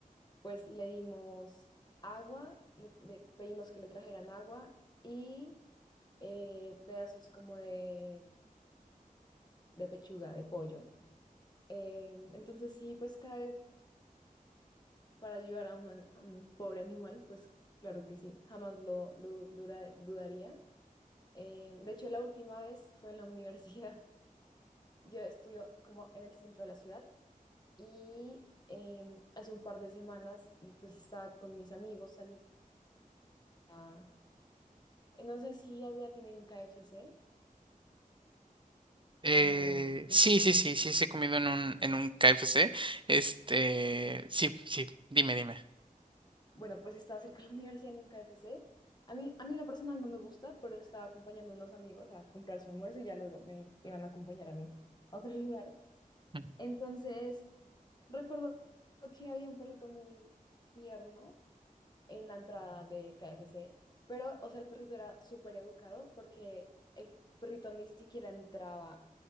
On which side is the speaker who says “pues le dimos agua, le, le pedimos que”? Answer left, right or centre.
Left